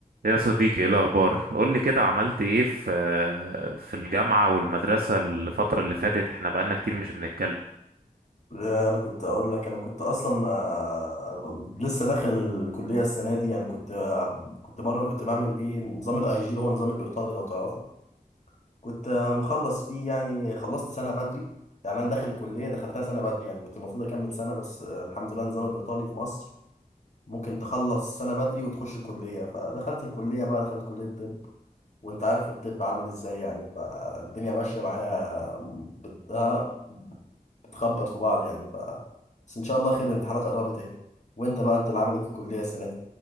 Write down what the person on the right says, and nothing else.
يا صديقي ايه الاخبار قول لي كده عملت ايه في في الجامعه والمدرسه الفتره اللي فاتت احنا بقالنا كتير مش بنتكلم